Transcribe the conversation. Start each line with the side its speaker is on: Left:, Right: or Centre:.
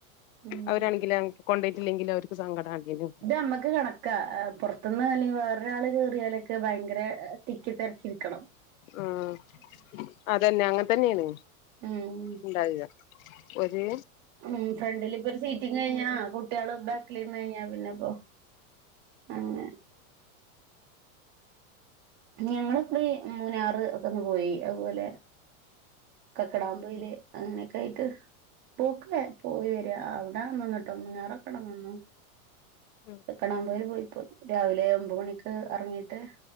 Right: ഉം
Left: അവരാണെങ്കിലോ കൊണ്ടൊയിട്ടില്ലെങ്കിലും അവർക്ക് സങ്കടാകീനു
Right: ഇത് ഞമ്മക്ക് കണക്കാ അ പൊറത്ത്ന്ന് അല്ലെങ്കി വേറൊരാള് കേറിയാലൊ ക്കെ ഭയങ്കര തിക്കിത്തെരക്കിനിക്കണം.
Left: ആഹ് അതന്നെ അങ്ങനെതന്നേണ്
Right: ഉം
Left: ഇണ്ടാകുക. ഒര്
Right: ഉം ഫ്രണ്ടിലിപ്പൊരു സീറ്റും കഴിഞ്ഞാ കുട്ടിയേള് ബേ ക്കിലിരുന്നുകഴിഞ്ഞാ പിന്നെപ്പോ അങ്ങനെ. ഞങ്ങള് ഇക്കുറി മുന്നാറ് ഒക്കൊന്ന് പോയി. അത് പോലെ കക്കടാമ്പൊയില് അങ്ങനെയൊക്കായിട്ട് പോക്ക് പോയിവര് ര അവിടെ നിന്നിട്ടൊന്ന് മുനാറൊക്കട നിന്നു.
Left: ഉം
Right: കക്കടാപോയില് പോയി പോന്നു. രാവിലെ ഒമ്പ് മണിക്ക് അറങ്ങീട്ട്